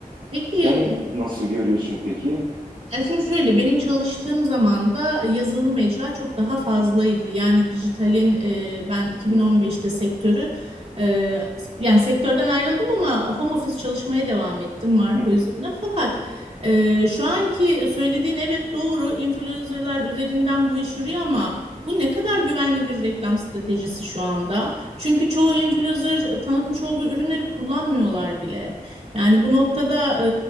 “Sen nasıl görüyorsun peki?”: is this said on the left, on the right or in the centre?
Right